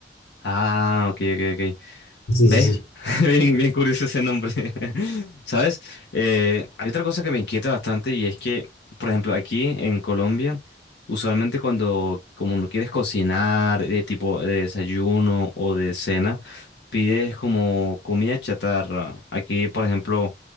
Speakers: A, on the left; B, on the left.
A: Ah, ok, ok, ok.
B: Sí,
A: ¿Ves?
B: sí, sí.
A: <laughs> Bien, bien curioso ese nombre. <laughs> ¿Sabes? Eh, hay otra cosa que me inquieta bastante y es que, por ejemplo, aquí en Colombia, usualmente cuando como no quieres cocinar de tipo de desayuno o de cena, pides como comida chatarra. Aquí, por ejemplo,